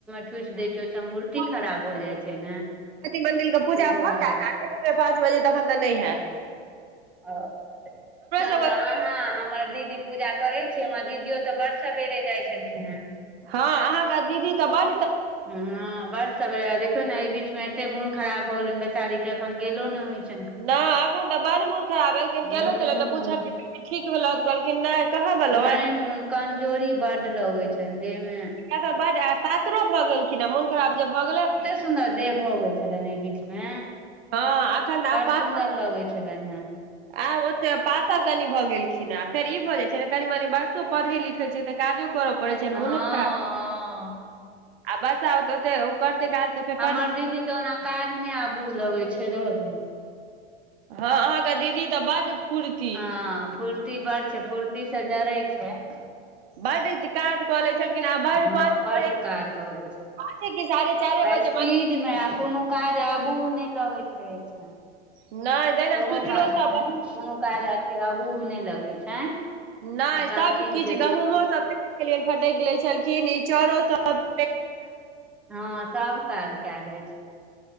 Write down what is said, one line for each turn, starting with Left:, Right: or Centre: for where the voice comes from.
Centre: ठूसि दै छै
Right: ओते
Centre: ओहिसँ
Right: बजे
Centre: मूर्ति खराब भऽ जाइ छै ने
Right: भती मन्दिरके पूजा
Centre: ताहि दुआरे
Right: भऽ जायत आ पाँच बजे तखन तऽ नहि होयैत
Centre: ओ तहन
Right: सबके
Centre: तऽ अहाँ हमर दीदी पूजा करै छी। हमर दीदियो तऽ बड़षा बेरे जाइत छलखिन हे
Right: हँ अहाँकेँ दीदी तऽ बड़
Centre: ह बड़ सभ देखियौ ने बीच मे एते मोन खराब होलन बेचारी के एखन गेलो ने होई छै
Right: नहि एखन तऽ बड़ मोन खराब भेलखिन गेल
Centre: हूँ
Right: तऽ पूल ठीक भेलो तऽ कहलखिन नहि कहाँ भेलौ
Centre: नहि मोन कमजोरी बड़ लगैत छनि देहमे
Right: त सभ बाद पातरो भऽ गेलखिन हँ मोन खराब जे भऽ गेलै
Centre: बड़ सुन्दर देह भऽ गेल छलनि एहि बीच मे
Right: हँ एखन तऽ
Centre: बड़
Right: आब पातर
Centre: सुन्दर लगै छलनि हे
Right: आब ओते कऽ पातर कनि भऽ गेलखिन आ फेर ई भऽ जाइत छै ने कनी मनी बरसो पढ़ै लिखैत छै तऽ काजो कर पड़े छै
Centre: हँ
Right: मनो खराब
Centre: हँ
Right: आ वर्षा होत करते काज तऽ फेर
Centre: हमर
Right: पढ़
Centre: दीदी के ओना काज नहि आबू लगै छै रहे दियौ
Right: हँ अहाँकेँ दीदी तऽ बड फूर्ती
Centre: ह फूर्ती बड़ छै फूर्ती से जरै छै
Right: बड्ड काज कऽ ले छलखिन आ बड
Centre: हँ
Right: पाँच
Centre: बड्ड
Right: पाँचे
Centre: काज करै छै
Right: कि साढ़े चाइरे
Centre: आ
Right: बजे
Centre: स्पीड मे आ कोनो काज आबू नहि लगैत रहे छै
Right: नहि। तहिना
Centre: सेहो
Right: स्वेटरो
Centre: बात
Right: सब
Centre: छनि कोनो काज अथी अबूह नहि लगैत छनि।
Right: नहि
Centre: आ
Right: सभ
Centre: चीज
Right: किछ
Centre: के
Right: गहुमहो सभ फटैक लैइ छलखिन इ चाउरो सभ।
Centre: हँ सभ काज कए लै छै